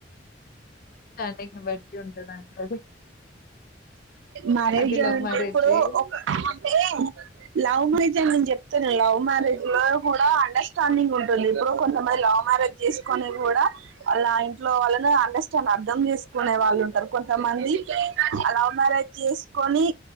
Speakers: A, on the left; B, on the right.
A: స్టాడింగ్ ని బట్టి ఉంటుందండి అది
B: మారేజ్
A: అది లవ్
B: అంటే
A: మ్యారేజే
B: ఇప్పుడు ఒక అంటే లవ్ మీదే నేను చెప్తున్న లవ్ మ్యారేజ్ ఇ కూడా అండర్స్టాండింగ్ ఉంటుంది ఇప్పుడు కొంతమంది లవ్ మ్యారేజ్ చేసుకోని కూడా అలా ఇంట్లో వాళ్ళని అండర్స్టాండ్ అర్థం చేసుకునే వాళ్ళు ఉంటారు కొంతమంది లవ్ మారేజ్ చేస్కోని కొని